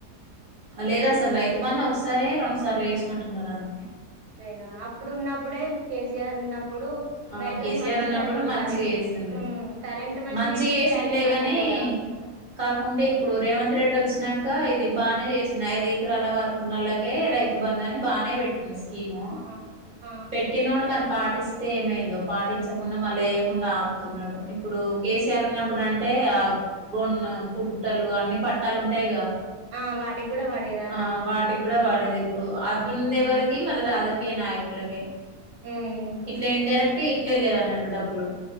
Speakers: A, on the right; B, on the right.
A: లేదసల్ రైతు బందు ఒకసారే రొండు సార్లో ఏసినట్టున్నారు అంత్
B: తేనా అప్పుడు ఉన్నప్పుడే కేసీఆర్ ఉన్నప్పుడూ
A: ఆ
B: రైతులకు
A: కేసీఆర్
B: మంచి
A: ఉన్నప్పుడు
B: జరిగింది
A: మంచిగా
B: వాళ్ళకీ
A: చేసిండు
B: ఉమ్ కరెంటు మంచి
A: మంచిగా
B: గిచ్చేది
A: చేసిండ్లే
B: రైతు బందీ
A: గాని
B: గుడా
A: కాకుంటే ఇప్పుడు రేవంత్ రెడ్డొచ్చినాంకా ఇది బానే జేసింద్ ఐదు ఎకరాల వరకున్నోళ్ళక్ కే రైతు బందని బానే బెట్టిండు స్కీమూ
B: ఆ ఆ
A: పెట్టినోడ్ మర్ పాటిస్ తే ఏమైందో పాటించకుండ మళ్లేయకుండ ఆపుతున్నడు ఇప్పుడూ కేసీఆర్ ఉన్నప్పుడంటే ఆక్ గొన్నా కుట్టలు అన్ని పట్టాలుంటయ్ గా
B: ఆ వాటికి కూడా పడేదంట
A: ఆఁ
B: అమౌంట్
A: వాటిక్ గుడ వాడేది ఇప్పుడూ అవిందెవరికీ
B: ఉమ్
A: మళ్ళ రాజాక్ కే నాయకులకే
B: ఉమ్
A: ఇట్ల ఇండైరెక్టు ఇట్లే లేదన్నట్టు డబ్బులు